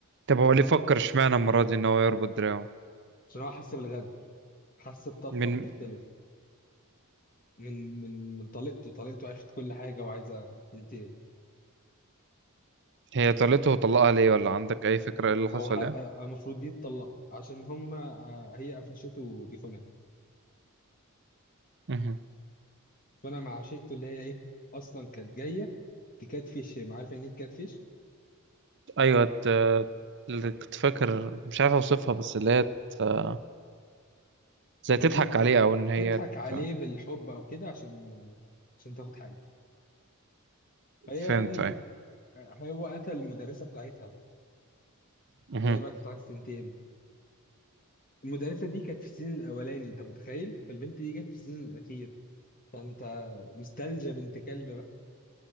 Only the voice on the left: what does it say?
عشان هو حس بالغدر حس بطبخه
بتطبخ من من من طليقته طليقته عرفت كل حاجه وعايزه تنتقم
او هي-
المفروض يتطلقوا عشان هم آه، هي قفشته دي خناقه
فانا مع عشيقته اللي هي ايه اصلا كانت جايه تكاتفش ما عارف يعني ايه تكاتفش
تجي
تضحك عليه
بالحب او كده عشان عشان تاخد حاجه فهي يا
ابني
آه، هو قتل المدرسه بتاعتها
فهي بقى كانت عايزه تنتقم المدرسه دي كانت في السيزون الاولاني انت متخيل فالبنت دي جت في السيزون الاخير فانت مستلجه بنت كلب بقى